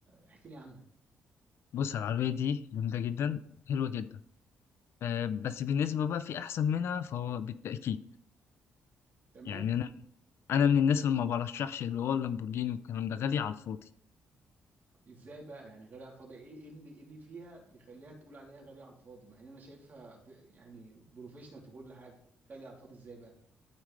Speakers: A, on the right (about 45°); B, on the left (about 70°).
A: احكي لي عنها
B: بص العربية دي جامدة جدا حلوة جدا أه
A: مم.
B: بس بالنسبة بقى في أحسن منها فهو بالتأكيد
A: تمام
B: يعني أنا انا من الناس اللي ما برشحش اللي هو اللامبورجيني والكلام ده غالي على الفاضي
A: ازاي بقى يعني غالية على الفاضي ايه إيه اللي إيه اللي فيها بيخليها تقول عليها غالية على الفاضي مع ان انا شايفها ب... يعني بروفيشنال في كل حاجة غالية على الفاضي ازاي بقى